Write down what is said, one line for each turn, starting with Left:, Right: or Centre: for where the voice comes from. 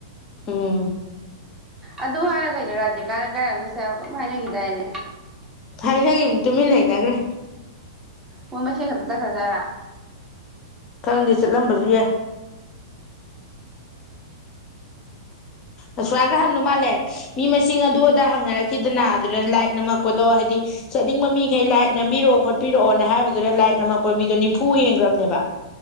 Left: ꯎꯝ
Right: ꯑꯗꯨ ꯍꯥꯏꯔꯒꯩꯅꯣ ꯔꯥꯙꯤꯀꯥꯅ ꯀ ꯍꯥꯏꯅꯒꯗꯑꯅꯦ
Left: ꯍꯥꯏꯥꯏꯅ ꯀꯝ ꯇꯨꯃꯤꯟ ꯂꯩꯅꯈ꯭ꯔꯦ
Right: ꯃꯣꯏ ꯃꯁꯦꯟ ꯈꯛꯇ ꯆꯠꯈ꯭ꯔꯖꯥꯠꯔ
Left: ꯈꯪꯗꯦ ꯆꯠꯂꯝꯕꯁꯨ ꯌꯥꯏ ꯑ ꯁꯨꯃꯥꯏꯅ ꯈ ꯍꯟꯗꯧ ꯃꯥꯜꯂꯦ ꯃꯤ ꯃꯁꯤꯡ ꯑꯗꯨ ꯑꯗ ꯍꯪꯅꯔꯛꯈꯤꯗꯅ ꯑꯗꯨꯅ ꯂꯥꯏꯔꯤꯛ ꯅꯝꯃꯛꯄꯗꯣ ꯍꯥꯏꯗꯤ ꯆꯠꯅꯤꯡꯕ ꯃꯤꯈꯩ ꯂꯥꯏꯔꯤꯛ ꯅꯝꯕꯤꯔꯛꯑꯣ ꯈꯣꯠꯄꯤꯔꯛꯑꯣꯅ ꯍꯥꯏꯕꯗꯨꯗ ꯂꯥꯏꯔꯤꯛ ꯅꯝꯃꯛꯄ ꯃꯤꯗꯣ ꯅꯤꯝꯐꯨ ꯌꯦꯡꯈ꯭ꯔꯕꯅꯦꯕ